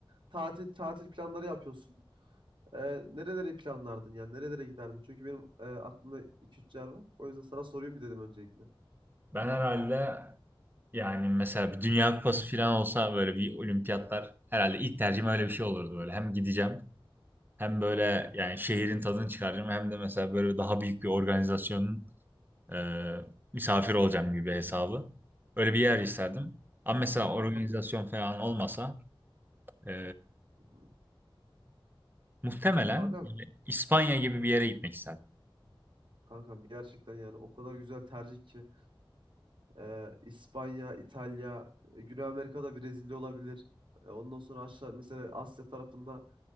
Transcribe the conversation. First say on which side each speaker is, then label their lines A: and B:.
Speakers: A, on the right; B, on the right.
A: tatil tatil planları yapıyorsun. Ee, nereleri planlardın yani nerelere giderdin? Çünkü benim e, aklımda iki üç yer var. O yüzden sana sorayım bir dedim öncelikle.
B: Ben herhalde Yani mesela bir Dünya Kupası falan olsa böyle bir olimpiyatlar herhalde ilk tercihim öyle bir şey olurdu böyle. Hem gideceğim hem böyle
A: Hı hı.
B: yani şehrin tadını çıkaracağım hem de mesela böyle daha büyük bir organizasyonun e, misafir olacağım gibi hesabı. Öyle bir yer isterdim. Ama mesela
A: Kankam,
B: organizasyon falan olmasa e,
A: hı hı.
B: muhtemelen
A: kankam,
B: İspanya gibi bir yere gitmek isterdim.
A: kankam gerçekten yani o kadar güzel tercih ki. Ee, İspanya, İtalya, e, Güney Amerika'da Brezilya olabilir. E, ondan sonra aşağı mesela Asya tarafında